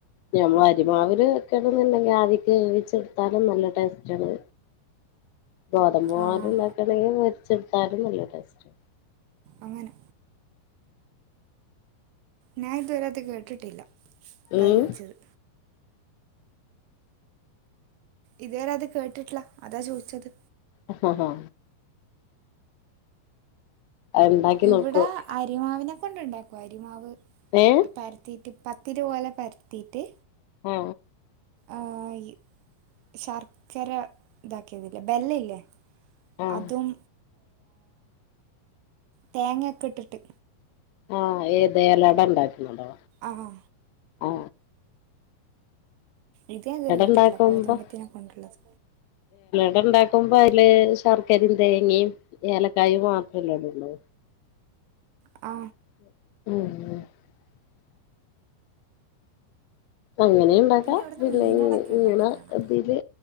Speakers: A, on the left; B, on the right.
A: ഞമ്മൾ അരിമാവിൽ <unintelligible> ആവിക് വേവിച്ച് ടുത്താലും നല്ല ടേസ്റ്റ് ആണ് ഗോതമ്പ് മാവിൽ
B: ആഹ്
A: <unintelligible> പൊരിച്ചെടുത്താലും നല്ല ടേസ്റ്റ്
B: അങ്ങനെ ഞാൻ ഇതുവരെ അത് കേട്ടിട്ടില്ല അതാ
A: ഉം
B: ചോയിച്ചത് ഇതുവരെ അത് കേട്ടിട്ട്ല്ല അതാ ചോയിച്ചത്
A: ആ ഹാ അത് ഉണ്ടാക്കി
B: ഇവിടെ
A: നോക്കോണ്ടി
B: അരിമാവിനെ കൊണ്ടുണ്ടാക്കും അരിമാവ്
A: ഏ
B: പരത്തീട്ട് പത്തിരിപോലെ പരത്തീട്ട്
A: ആ
B: ആ ഈ ശർക്കര ഇതാക്കിയതില്ലേ ബെല്ലം ഇല്ലേ
A: ആഹ്
B: അതും തേങ്ങ ഒക്കെ ഇട്ടിട്ട്
A: ആ ഏതലട ഉണ്ടാക്കുന്നതോ
B: ആഹ്
A: ആ
B: ഇതേ വരെ കേട്ടിട്ടില്ല
A: ഉണ്ടാക്കുമ്പോ
B: കോതമ്പത്തിനെ കൊണ്ടുള്ളത്
A: ഇടെ ഉണ്ടാക്കുമ്പോ അതില് ശർക്കരിം തേങ്ങേ ഏലക്കായും മാത്രല്ല ഇടെള്ളൂ
B: ആ
A: <unintelligible> അങ്ങനെയും ഉണ്ടാക്കാം
B: ഇവിടുന്ന്
A: പിന്നെ
B: മീനടക്കെ
A: ഇങ് ഇങ്ങനെ
B: ഉണ്ടാക്കുന്ന കാണാം
A: ഇതില്